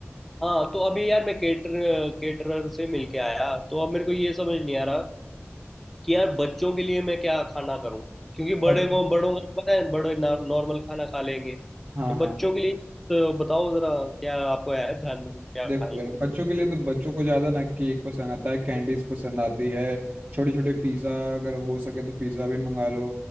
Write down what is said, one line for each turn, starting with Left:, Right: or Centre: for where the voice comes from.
Centre: हाँ तो अभी यार मैं केटर केटरर से मिलके आया तो अब मेरे को ये समझ नहीं आ रहा कि यार बच्चों के लिए मैं क्या खाना करूँ क्योंकि
Right: बस-
Centre: बड़े को बड़ों को तो पता है बड़े नॉर्मल खाना खा लेंगे
Right: हाँ
Centre: तो
Right: हाँ
Centre: बच्चों के लिए तो बताओ जरा क्या आपको है ध्यान में कुछ क्या
Right: देखो
Centre: खाएंगे
Right: यार
Centre: वो
Right: बच्चों के लिए तो बच्चों को ज्यादा ना केक पसंद आता है कैंडीज पसंद आती है छोटे छोटे पिज्जा अगर हो सके तो पिज्जा भी मंगा लो